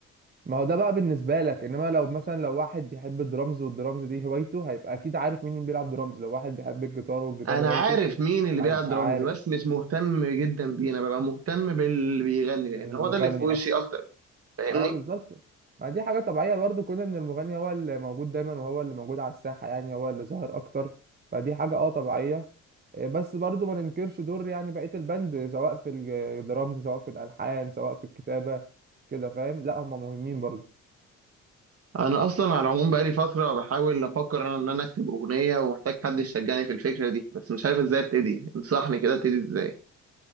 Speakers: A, on the right (about 30°); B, on the right (about 50°).
A: ما هو ده بقى بالنسبه لك انما لو مثلا لو واحد بيحب الدرامز والدرامز دي هوايته هيبقى اكيد عارف مين بيلعب درامز لو واحد بيحب الجيتار والجيتار
B: انا
A: هوايته
B: عارف مين اللي
A: هيبقى
B: بيلعب درامز
A: عارف
B: بس مش مهتم جدا بيه انا ببقى مهتم باللي بيغني لان
A: المغني
B: هو ده اللي في وشي
A: اكتر.
B: اكتر فاهمني
A: اه بالظبط ما دي حاجة طبيعية برضو كون ان المغني هو اللي موجود دايما وهو اللي موجود على الساحة يعني هو اللي ظاهر اكتر فدي حاجة اه طبيعية إيه بس برضو ما ننكرش دور يعني بقية البند سواء في الدرامز سواء في الالحان سواء في الكتابة كده فاهم لا هم مهمين برضو
B: انا اصلا على العموم بقالي فتره بحاول افكر انا ان انا اكتب اغنيه ومحتاج حد يشجعني في الفكره دي بس مش عارف ازاي ابتدي انصحني كده ابتدي ازاي